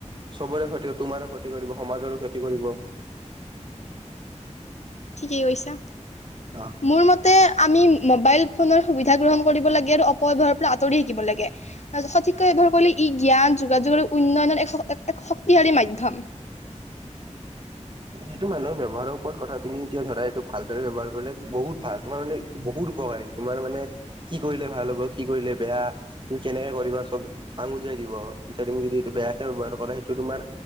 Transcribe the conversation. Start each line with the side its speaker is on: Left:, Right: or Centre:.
Right: চবৰে ক্ষতি- তোমাৰো ক্ষতি কৰিব, সমাজৰো ক্ষতি কৰিব।
Left: ঠিকেই কৈছা।
Right: অ
Left: মোৰ মতে আমি মোবাইল ফোনৰ সুবি ধা গ্ৰহণ কৰিব লাগে আৰু অপব্যৱহাৰৰ পৰা আ তৰি থাকিব লাগ গে। সঠিককৈ ব্যৱহাৰ কৰিলে ই জ্ঞান যোগাযোগৰ উন্নয়নৰ এক স- এ এক শক্তিশালী মাধ্যম।
Right: সেইটো মানুহৰ ব্যৱহাৰৰ ওপৰত কথা । তুমি এতিয়া ধৰা এইটো ভালদৰে ব্যৱহাৰ কৰিলে বহুত ভাল। তোমাৰ মানে বহুত উপকাৰী। তোমাৰ মানে কি কৰিলে ভাল হ'ব, কি কৰিলে বেয়া, তুমি কেনেকে কৰিবা, চব আঙুলিয়াই দিব। এতিয়া তুমি যদি এইটো বেয়াকে ব্যহাৰ কৰা তো তোমাৰ